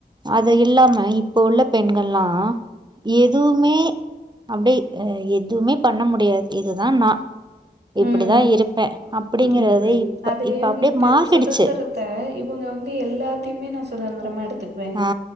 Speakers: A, on the right; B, on the right.
A: அத இல்லாம இப் ப்ப உள்ள பெண்கள்லா எதுவுமே அப்டி எதுமே பண்ண முடியாத் இதுதா நா இப்டிதா
B: ம்
A: இருப்பே அப்டிங்கறதே
B: புரியுது புரியுது
A: இப்ப
B: அதே
A: இப்ப அப்டியே
B: வந்துட்டு
A: மாறிடுச்சு
B: சுதந்துரத்த இவங்க வந்து எல்லாத்திமே நா சுதந்திரமா எடுத்துக்வே
A: ஆ